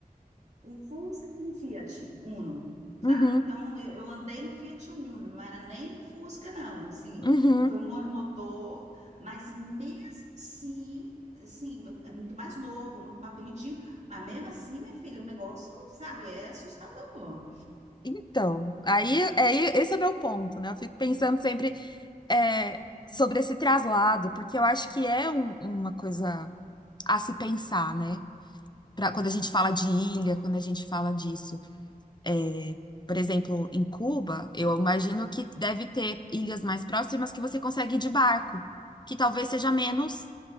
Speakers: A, on the right; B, on the left.
A: um Fusca e um Fiat Uno, sabe?
B: uhum,
A: Então, eu, eu andei no Fiat Uno, não era nem no Fusca, não, assim,
B: uhum.
A: foi um monomotor, mas mesmo assim, assim, é muito mais novo, muito mais bonitinho, mas mesmo assim, minha filha, o negócio, sabe, é assustador.
B: Então, aí, aí esse é meu ponto, né? Eu fico pensando sempre é, sobre esse traslado, porque eu acho que é um- uma coisa. a se pensar, né? Pra, quando a gente fala de ilha, quando a gente fala disso. É, por exemplo, em Cuba, eu imagino que deve ter ilhas mais próximas que você consegue ir de barco, que talvez seja menos,